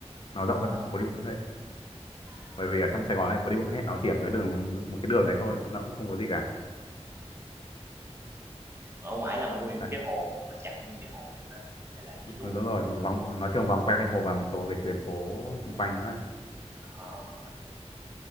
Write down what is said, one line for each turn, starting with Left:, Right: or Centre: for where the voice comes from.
Left: nó rộng
Right: ờ,
Left: hơn phố đi bộ Nguyễn Huệ
Right: ừm,
Left: bởi vì ở trong Sài Gòn này phố đi bộ Nguyễn Huệ nó chỉ ở một cái đường một cái đường đấy thôi chứ nó cũng không có gì cả
Right: còn ở ngoài là nguyên
Left: đấy
Right: một cái hồ luôn, nó chặn nguyên cái hồ luôn phải không Hay là chỉ
Left: đúng
Right: có một
Left: đúng
Right: khúc
Left: rồi
Right: của cái hồ?
Left: vòng nó trường vòng quanh hồ và một số cái tuyến phố xung quanh nữa ấy.
Right: À!